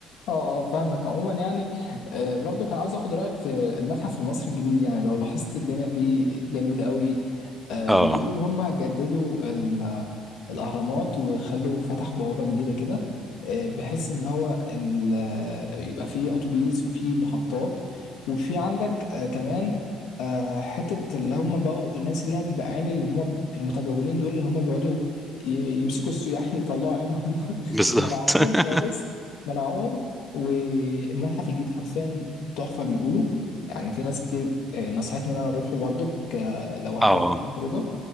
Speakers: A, on the left (about 75°); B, in the centre.
A: اه اه فاهمك عموما يعني آه، برضو كان عاوز اخد رايك في المتحف المصري الجديد يعني لو لاحظت الدنيا فيه جميله قوي آه،
B: اه
A: بيقولوا ان هم جددوا ال- الاهرامات وخلوا فتحوا بوابه جديده كده آه، بحيث ان هو ال- آه، يبقى فيه اتوبيس وفيه محطات وفي عندك آه، كمان آه، حته اللي هم بقوا الناس اللي هي بعين اللي هم المتجولين دول اللي هم بيقعدوا ي- يمسكوا السياح يطلعوا عينهم <laughs>
B: بالظبط
A: ملاعبهم
B: <laughs>
A: خالص منعوهم والمتحف الجديد حرفيا تحفة بيقولوا يعني في ناس كتير آه، نصحتني ان انا اروحه برضو ك... لو هتاخد
B: اه
A: خروجه